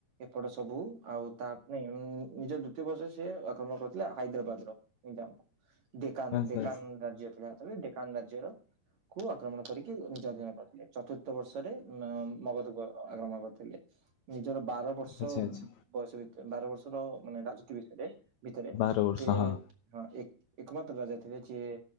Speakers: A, on the right; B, on the left.
A: ଏପଟ ସବୁ ଆଉ ତା ନାଇଁ ନିଜ ଦ୍ୱିତୀୟ ବର୍ଷରେ ସେ ଆକ୍ରମଣ କରିଥିଲା ହାଇଦ୍ରାବାଦ ର ମେଜାଙ୍ଗ ଙ୍କୁ
B: ଆଚ୍ଛା
A: ଦେକା କାନ ରାଜ୍ୟ ଥିଲା ସେତେବେଳେ ଡେକାନ ରାଜ୍ୟର କୁ ଆକ୍ରମଣ କରିକି ନିଜ ଅଧ୍ୟୟନ କରିଥିଲେ ଚତୁର୍ଥ ବର୍ଷରେ ମଗଧକୁ ଆକ୍ରମଣ କରିଥିଲେ। ନିଜର ବାର ବର୍ଷ
B: ଆଚ୍ଛା ଆଚ୍ଛା
A: ବୟସ ଭିତ ବାର ବର୍ଷର ମାନେ ରାଜୁତି ବିଷୟରେ ଭିତରେ
B: ବାରବର୍ଷ
A: ସେ
B: ହଁ
A: ହଁ ଏକ ଏକମାତ୍ର ରାଜାଥିଲେ ଯିଏ